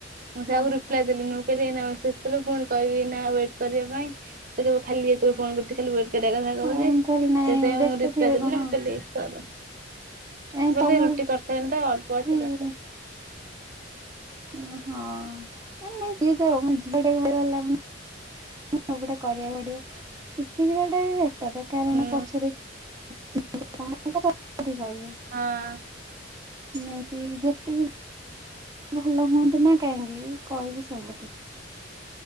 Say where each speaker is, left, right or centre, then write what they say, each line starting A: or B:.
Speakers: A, on the right; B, on the right.
A: ମୁଁ ସେୟାକୁ
B: ଓହୋ।
A: ରିପାଲ୍ଏ ଦେଲିନି ମୁଁ କହିଲି ଏଇନା ମେସେଜ ଲେ ପୁଣି କହିବି ନା ୱେଟ୍ କରିବା ପାଇଁ ଖାଲି ଏତୋଳୁ ଫୋନ୍ କରୁଛୁ। ଖାଲି ୱଟ୍ କରିବା କଥା କହୁଛି
B: ହଁ ମୁଁ କହିଲି
A: ସେଥିାଇଁ
B: ନାଇଁ ବ୍ୟସ୍ତ
A: ମୁଁ ରିପ୍ଲାଏ
B: ଥିବେ
A: ଦେଲିିନି
B: କଣ
A: <unintelligible>
B: ଏ
A: ମୁଁ କହିଲି
B: ତମର
A: ରୁଟି କରିସାରିଲିନି ତ ଆଉ ଅଳ୍ପ ଅଛି
B: ବି
A: କରିସାରେ।
B: ହଁ। <unintelligible> <unintelligible> କରିବାକୁ ପଡିବ ଶିଖିଯିବାଟା ବି ବେଟର କାରଣ
A: ହୁଁ
B: ପଛରେ <unintelligible>
A: ହଁ
B: ନାଇଁ କି ଯେତେ ବି ଭଲ ହୁଅନ୍ତୁ ନା କାହିଁକି କହିବି ସବୁଠି